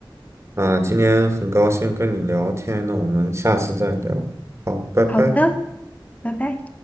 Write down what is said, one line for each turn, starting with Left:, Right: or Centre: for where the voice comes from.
Right: 啊，今天很高兴跟你聊天，那我们下次再聊，好，拜拜。
Left: 好的，拜拜。